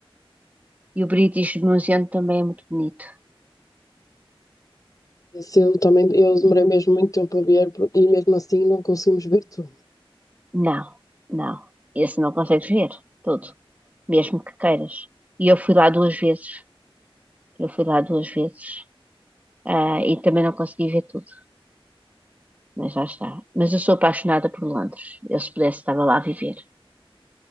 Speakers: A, on the right (about 15°); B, on the left (about 35°).
A: E o British Museum também é muito bonito.
B: esse eu também, eu demorei mesmo muito tempo a ver por- e mesmo assim não conseguimos ver tudo.
A: Não, não. Esse não consegues ver todo, mesmo que queiras. E eu fui lá duas vezes. Eu fui lá duas vezes. Ah, e também não consegui ver tudo, mas lá está. Mas eu sou apaixonada por Londres. Eu, se pudesse, estava lá a viver.